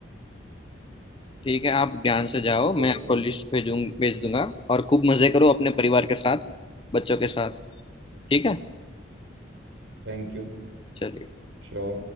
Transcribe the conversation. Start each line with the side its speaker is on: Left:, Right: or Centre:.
Left: ठीक है आप ध्यान से जाओ मैं
Right: ओके
Left: आपको लिस्ट भेजूं भेज दूंगा और खूब मजे करो अपने परिवार के साथ बच्चों के साथ ठीक है
Right: Thank you
Left: चलिए
Right: श्योर